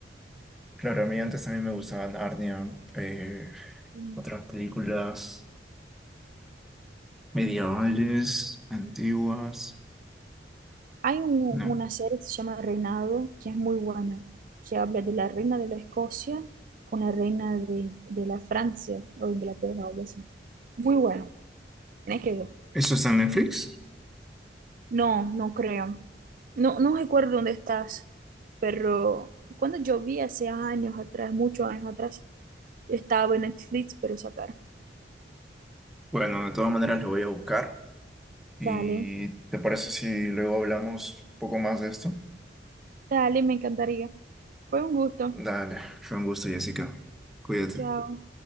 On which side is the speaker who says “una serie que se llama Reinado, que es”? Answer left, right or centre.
Right